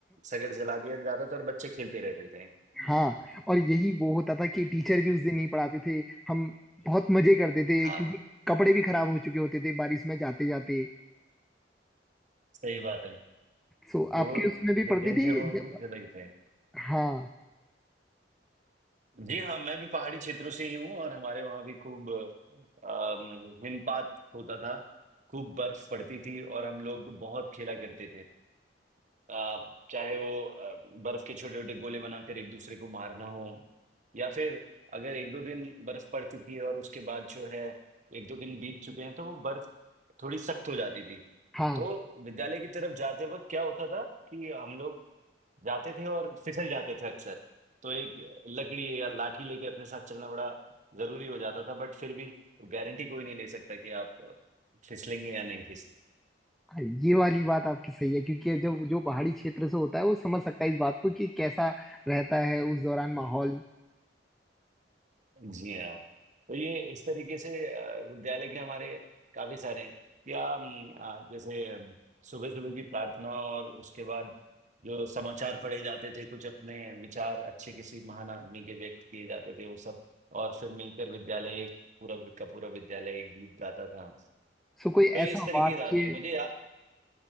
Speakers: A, on the right; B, in the centre.
A: सगड़ जला दिया जाता था और बच्चे खेलते रहते थे
B: हाँ और यही वो होता था कि टीचर भी उस दिन नहीं पढ़ाते थे हम बहुत मजे करते थे
A: हाँ
B: क्योंकि कपड़े भी खराब हो चुके होते थे बारिश में जाते जाते
A: सही बात है
B: सो
A: तो
B: आपके
A: वो
B: उसमें भी
A: जो
B: पढ़ती
A: दिन
B: थी
A: थे वो
B: ज-
A: कुछ अलग थे
B: हाँ
A: जी हाँ मैं भी पहाड़ी क्षेत्रों से ही हूँ और हमारे वहाँ भी खूब अम, हिमपात होता था खूब बर्फ पड़ती थी और हम लोग बहुत खेला करते थे अ, चाहे वो अ, बर्फ के छोटे छोटे गोले बनाकर एक दूसरे को मारना हो या फिर अगर एक दो दिन बर्फ पड़ चुकी है और उसके बाद जो है एक दो दिन बीत चुके हैं तो वो बर्फ थोड़ी सख्त हो जाती थी
B: हाँ
A: तो विद्यालय की तरफ जाते वक्त क्या होता था कि हम लोग जाते थे और फिसल जाते थे अक्सर तो एक लकड़ी या लाठी लेके अपने साथ चलना बड़ा जरूरी हो जाता था बट फिर भी गारंटी कोई नहीं ले सकता कि आप फिसलेंगे या नहीं
B: हाँ, ये वाली बात आपकी सही है क्योंकि
A: फिसलेंगे
B: जब जो पहाड़ी क्षेत्र से होता है वो समझ सकता है इस बात को कि कैसा रहता है उस दौरान माहौल
A: जी हाँ। तो ये इस तरीके से अ, विद्यालय के हमारे काफ़ी सारे हैं या अम, अ, जैसे सुबह-सुबह की प्रार्थना और उसके बाद जो समाचार पढ़े जाते थे, कुछ अपने विचार अच्छे किसी महान आदमी के व्यक्त किए जाते थे, वो सब और फिर मिलकर विद्यालय एक पूरा का पूरा विद्यालय एक गीत गाता था।
B: सो कोई
A: तो ये
B: ऐसा
A: इस तरीके
B: वाक्य
A: की यादें हैं। मुझे या